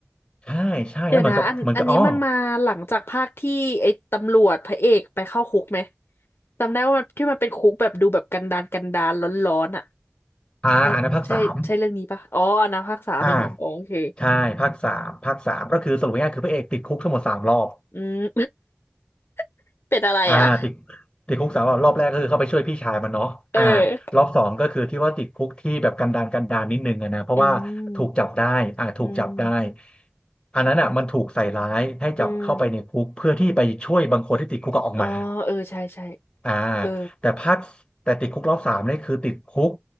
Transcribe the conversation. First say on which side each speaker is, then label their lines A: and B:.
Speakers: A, on the left (about 20°); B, on the left (about 55°).
A: ใช่ใช่แล้วเหมือนกับเหมือนกับอ๋อ
B: เดี๋ยวนะอันอันนี้มันมาหลังจากภาคที่ไอ้ตำรวจพระเอกไปเข้าคุกไหมจำได้ว่ามันที่มันเป็นคุกแบบดูแบบกันดารกันดารร้อนๆอ่ะ
A: อ่าอันนั้นภาคสาม
B: ใช่ใช่ใช่เรื่องนี้ปะอ๋ออันนั้นภาคสามเองเหรออ๋อโอเค
A: อ่า ใช่ภาคสามภาคสามก็คือสรุปง่ายๆคือพระเอกติดคุกทั้งหมดสามรอบ
B: อืม <laughs> เป็นอะไรอ่ะ
A: อ่าติดติดคุกสามรอบรอบแรกก็คือเข้าไปช่วยพี่ชายมันเนาะอ่า
B: เอ
A: รอบสองก็คือที่ว่าติดคุกที่แบบกันดารกันดารนิดนึงอะนะเพราะว่าถูกจับได้อ่าถูกจับได้
B: ออืมอืม
A: อันนั้นอ่ะมันถูกใส่ร้ายให้จับเข้าไปในคุกเพื่อที่ไปช่วยบางคนที่ติดคุกก็ออกมา
B: อืมอ๋อเออใช่ใช่
A: อ่า
B: เออ
A: แต่ภาคแต่ติดคุกรอบสามนี่คือติดคุก